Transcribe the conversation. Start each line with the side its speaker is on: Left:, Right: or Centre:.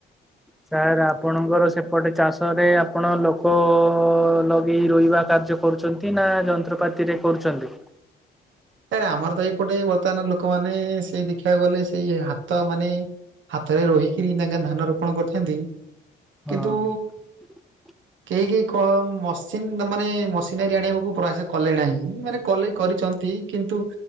Centre: ସାର୍ ଆପଣଙ୍କର ସେପଟେ ଚାଷରେ ଆପଣ ଲୋକ ଲଗେଇ ରୋଇବା କାର୍ଯ୍ୟ କରୁଚନ୍ତି? କି ନା ଯନ୍ତ୍ରପାତିରେ କରୁଚନ୍ତି?
Right: ସାର୍ ଆମର ତ ଏଇପଟେ ବର୍ତ୍ତମାନ ଲୋକମାନେ ସେଇ ଦେଖିବାକୁ ଗଲେ ସେଇ ହାତ ମାନେ ହାତରେ ରୋହିକିରି ତାଙ୍କ ଧାନ ରୋପଣ କରିଚନ୍ତି।
Centre: ହଁ
Right: କିନ୍ତୁ
Centre: <inaudible>
Right: କେହି କେହି କ ମସିନ ମାନେ ମସିନାରୀ ଆଣିବାକୁ ପ୍ରୟାସ କଲେ ନାହିଁ। ମାନେ କଲେ କରିଚନ୍ତି। କିନ୍ତୁ